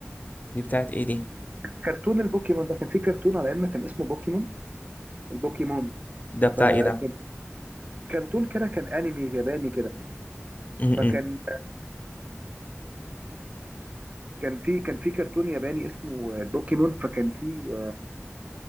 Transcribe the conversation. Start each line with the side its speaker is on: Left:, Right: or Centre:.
Left: دي بتاعت ايه دي
Right: كرتون البوكيمون ده كان في كرتون على ايامنا كان اسمه بوكيمون البوكيمون
Left: ده بتاع
Right: فكان
Left: ايه ده
Right: كرتون كده كان انمي ياباني كده
Left: م-م.
Right: فكان كان في كان في كرتون ياباني اسمه آه، البوكيمون فكان في